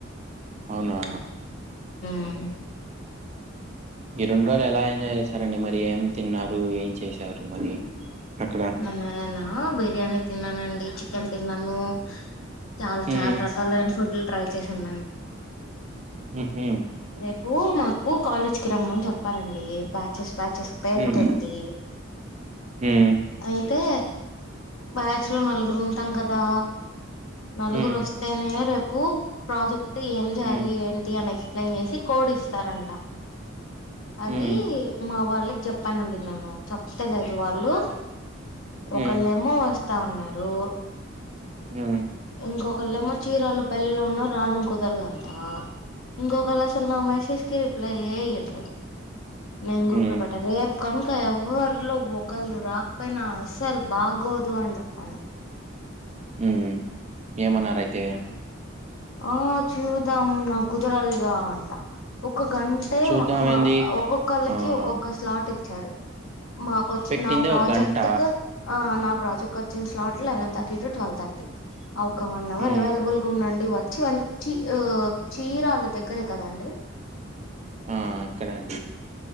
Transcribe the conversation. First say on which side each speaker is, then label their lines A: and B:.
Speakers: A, on the right; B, on the left.
A: అవునా
B: మ్
A: ఈ రెండ్రోజులెలా ఎంజాయ్ చేశారండి మరి ఏం తిన్నారు ఏం చేశారు మరి అక్కడ
B: నేను బిర్యానీ తిన్నానండి చికెన్ తిన్నాను చాల
A: మ్మ్
B: చాల రకాలైన ఫుడ్ లు ట్రై చేశాన్నాను
A: మ్హూ
B: రేపూ మా కు కాలేజ్ కి రమ్మని చెప్పారండి బ్యాచెస్ బ్యాచెస్ పేర్లు
A: మ్మ్
B: పెట్టి
A: మ్మ్
B: అయితే బ్యాచ్ లో నలుగురు ఉంటాం కదా నలుగురు
A: మ్మ్
B: వస్తేనే రేప్ పో ప్రాజెక్ టి ఏం జాలి
A: మ్మ్
B: ఏంటి అనకి ప్లైన్ చేసి కోడ్ ఇస్తారంట అది
A: మ్మ్
B: మా వాళ్ళ చెప్పానుండి నన్ను చప్ <unintelligible> అది వాళ్ళు
A: మ్మ్
B: ఒక
A: మ్మ్
B: లెమ్మో వస్ తా ఉన్నారు
A: మ్మ్
B: ఇంకొకల్లేమో చీరాలో పెళ్లిలో ఉన్న రాడం కుదరదంటా ఇంకొకళ అసలు నా మెసేజ్ కి రిప్లై ఈ ట్లే నేన్
A: మ్మ్
B: గ్రూప్ లో
A: మ్మ్
B: పెట్ట రేపు కనుక ఎవ్వరిలో ఒకళ్ళు రాకపోయినా ల్ బాగోదు అన్ చొప్పల్లా
A: హ్మ్ ఏమన్నారయితే
B: ఆ చూదాం నా కుదరాలిగా అంట ఒ ఒక్క గంటే
A: చూద్దామేంది
B: మ మ ఒక్కొక్కళ్ళకీ
A: ఆ
B: ఒక్కొక్క స్లాట్ ఇచ్చారు. మా కొచ్చి
A: పెట్టిందే
B: నా ప్రాజెక్ట్
A: ఒక గంట
B: కు ఆ నా ప్రాజెక్ వచ్చిన slot eleven thirty to, twelve thirty. ఆ ఒక్క వన్ అవర్
A: ఉమ్
B: అవైలబుల్ గా ఉండండి వ చివళ్ చీ ఓ చీర వాళ్ళ దగ్గరే కదండి
A: ఆ అక్కడేం